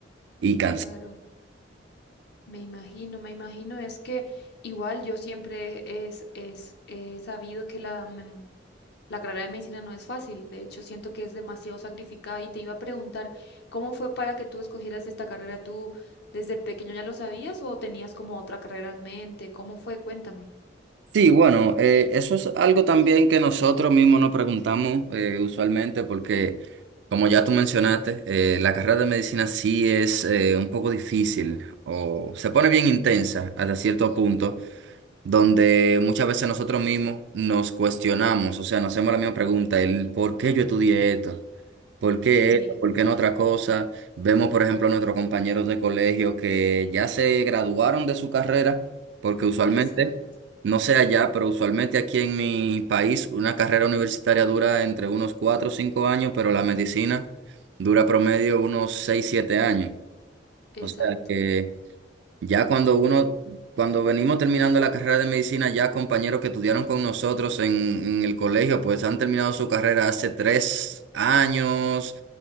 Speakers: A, on the right (about 70°); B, on the left (about 65°).
A: y cansancio.
B: claro, me imagino, me imagino. Es que igual yo siempre es, es, he sabido que la, La carrera de medicina no es fácil, de hecho siento que es demasiado sacrificada y te iba a preguntar, ¿cómo fue para que tú escogieras esta carrera? ¿Tú desde pequeño ya lo sabías o tenías como otra carrera en mente? ¿Cómo fue? Cuéntame.
A: Sí, bueno, eh, eso es algo también que nosotros mismos nos preguntamos eh, usualmente porque, como ya tú mencionaste, eh, la carrera de medicina sí es eh, un poco difícil o se pone bien intensa hasta cierto punto. donde muchas veces nosotros mismos nos cuestionamos, o sea, nos hacemos la misma pregunta, el ¿por qué yo estudié esto? ¿Por qué
B: Sí,
A: esto? ¿Por qué no otra cosa? Vemos, por ejemplo, a nuestros compañeros de colegio que ya se graduaron de su carrera, porque usualmente,
B: exacto,
A: no sé allá, pero usualmente aquí en mi país una carrera universitaria dura entre unos 4 o 5 años, pero la medicina dura promedio unos 6 7 años.
B: exacto,
A: O sea que... Ya cuando uno, cuando venimos terminando la carrera de medicina, ya compañeros que estudiaron con nosotros en, en el colegio, pues han terminado su carrera hace tres años,